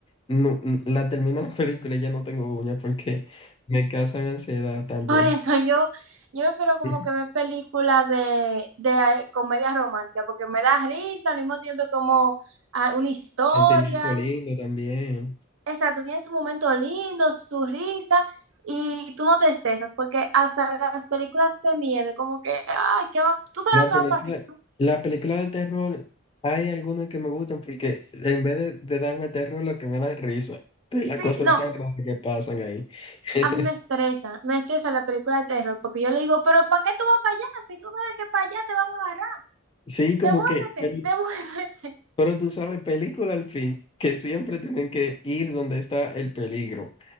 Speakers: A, on the left (about 25°); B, on the right (about 85°).
A: No, n- la termino la <laughs> película y ya no tengo uñas porque me causan ansiedad también.
B: Por eso yo, yo prefiero como
A: <laughs>
B: que ver películas de, de eh, comedia romántica, porque me da risa, al mismo tiempo como ah, una historia.
A: Sentimiento lindo también.
B: Exacto, tiene su momento lindo, su risa, y tú no te estresas, porque hasta las películas de miedo, como que, ay, ¿qué va? ¿Tú sabes
A: La
B: lo que
A: película,
B: va a pasar? ¿Tú?
A: la película de terror, hay algunas que me gustan porque en vez de, de darme terror, lo que me da es risa de las
B: Sí,
A: cosas
B: no,
A: tan raras que pasan ahí. <laughs>
B: a mí me estresa, me estresa la película de terror, porque yo le digo, pero ¿para qué tú vas para allá? Si tú sabes que para allá te van a agarrar,
A: Sí, como
B: devuélvete,
A: que, pero,
B: <laughs> devuélvete.
A: pero tú sabes, película al fin, que siempre tienen que ir donde está el peligro.